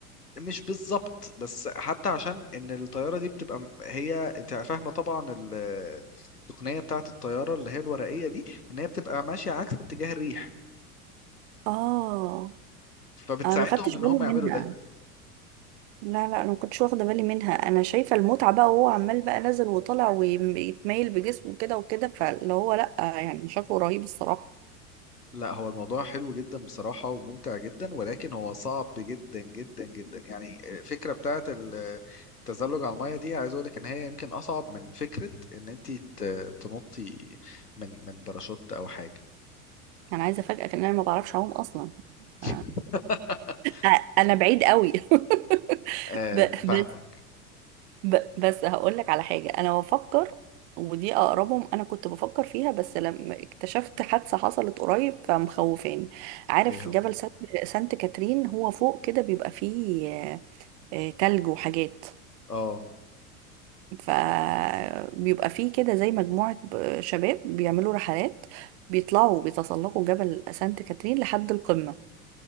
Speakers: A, on the left; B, on the right.
A: مش بالظبط بس حتى عشان ان الطياره دي بتبقى م- هي انت فاهمه طبعا ال- التقنيه بتاعه الطياره اللي هي الورقيه دي ان هي بتبقى ماشيه عكس اتجاه الريح
B: اه
A: فبتساعدهم
B: انا ما خدتش
A: ان
B: بالي
A: هم
B: منها
A: يعملوا ده
B: لا لا انا ما كنتش واخده بالي منها انا شايفه المتعه بقى وهو عمال بقى نازل وطالع ويتميل بجسمه كده وكده فاللي هو لا يعني شكله رهيب الصراحه
A: لا هو الموضوع حلو جدا بصراحه وممتع جدا ولكن هو صعب جدا جدا جدا يعني الفكره بتاعه ال- التزلج على الميه دي عايز اقول لك ان هي يمكن اصعب من فكره ان انت ت- تنطي من من باراشوت او حاجه
B: انا عايزه افاجئك ان انا ما بعرفش اعوم اصلا ف-
A: <laughs>
B: أ- انا بعيد قوي <laughs>
A: آم،
B: ب-
A: فاهمك
B: بس ب- بس هقول لك على حاجه انا بفكر ودي اقربهم انا كنت بفكر فيها بس لما اكتشفت حادثه حصلت قريب فمخوفاني عارف
A: ايه هو
B: جبل سانت سانت كاترين هو فوق كده بيبقى فيه آه، آه، تلج وحاجات
A: اه
B: فبيبقى فيه كده زي مجموعة ب- شباب بيعملوا رحلات بيطلعوا بيتسلقوا جبل سانت كاترين لحد القمة